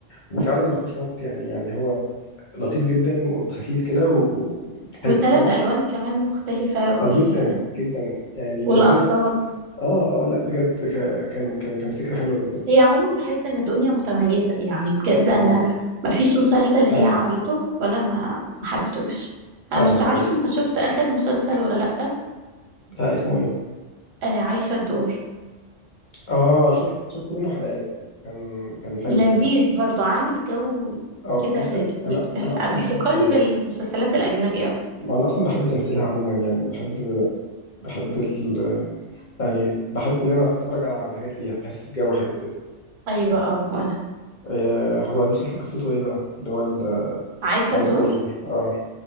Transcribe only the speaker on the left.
وفعلا ما فيهوش مط يعني يعني هو لطيف جدا وخفيف كده و- وحلو
فعلا
اه جدا جدا يعني بيدخلك
اه اه لا بجد ك- كان كان كان فكرة حلوة جدا
اه
فعلا
فعلا
كان
بتاع اسمه ايه
اه شفت شفت منه حلقات كان كان حلو
الصراحة
اه
بص انا
انا اصلا
بحب يعني
ما انا اصلا بحب تمثيلها عموما يعني بحب بحب ال يعني بحب ان انا اتفرج على على حاجات ليها بحس بجو حلو كده
آه هو المسلسل قصته ايه بقى اللي هو ال-
عايش
الدور ده اه